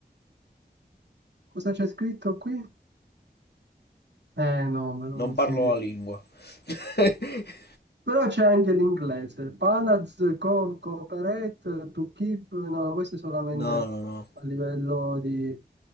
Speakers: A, on the right; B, on the left.
A: cosa c'è scritto qui? Eh no, ma non
B: Non parlo
A: si...
B: la lingua. <laughs>
A: Però c'è anche l'inglese, Palaz, Co- Cooperate, To Keep, no, questo è solamente
B: No, no, no.
A: a livello di...